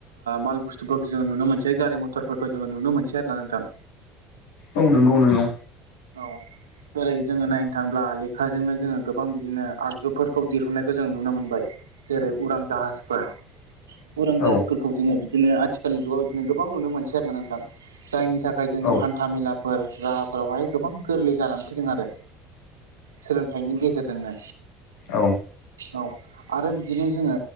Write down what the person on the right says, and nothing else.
माल बुस्थुफोरखौ जोङो नुनो मोनसै गारि मथरफोरखौ जोङो नुनो मोनसै आर ना नोंथां
औ ओरै जोङो नायनो थांब्ला लेखाजोंनो जोङो गोबां बिदिनो आगजुफोरखौ दिहुननायखौ जों नुनो मोनबाय जेरै उरां जाहाजफोरा उरां
जाहथिफोरखौ जोङो बिदिनो आथिखालनि जुगाव बिदिनो गोबां नुनो मोनसै आरोना नोंथां जायनि थाखाय जोंनि
हान्था मेला फोर राहाफोरावहाय गोबां गोरलै जानानै फैदों आरो सोलोंथाइनि गेजेरजोंनो
औ आरो बिदिनो जोङो